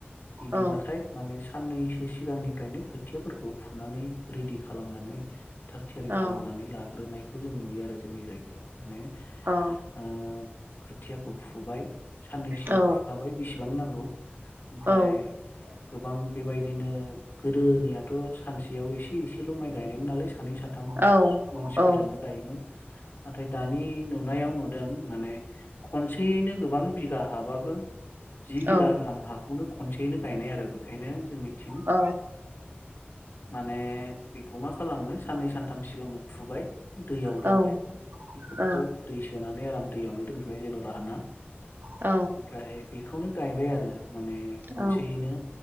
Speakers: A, on the left (about 60°); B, on the right (about 60°).
A: बिदिबाथाय
B: औ
A: माने साननैसो सिगांनिफ्रायनो खोथियाफोरखौ फुनानै रेडि खालामनानै थाग थियारि खालामनानै
B: औ
A: ला नायखौ जों नुयो आरो जोंनि जायगायाव माने
B: औ
A: ओ खोथियाखौ फुबाय साननै सिगां
B: औ
A: फुखाबाय बिसि बां नांगौ ओमफ्राय
B: औ
A: गोबां बेबायदिनो गोदोनियाथ सानसेयाव एसे एसेल माइ गायनायमोन नालाय सानै साथाम
B: औ
A: मानसिफोरजोंनो गायोमोन नाथाय दानि नुनायाव नुदों माने खनसेयैनो गोबां बिघा हाबाबो जि
B: औ
A: बिघा
B: औ
A: गाहाम हाखौनो खनसेयैनो गायनाय आरो बेखायनो जोंनि थिं
B: औ
A: माने बि खौ मा खालामो साननै सानथाम सिगांनो फुबाइ दैयाव
B: औ
A: दोनबाय बेफोरखौ
B: औ
A: दै सोनानै आराम दैयावनो दोनथबाय जेन राना
B: औ
A: ओमफ्राय बेखौनो गायबाय आरो माने खनसेयैनो
B: औ